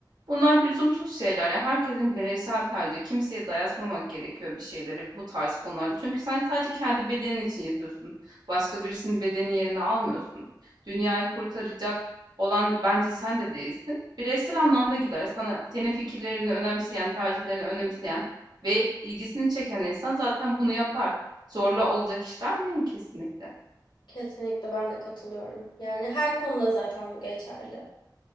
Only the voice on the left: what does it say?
Kesinlikle ben de katılıyorum. Yani her konuda zaten bu geçerli.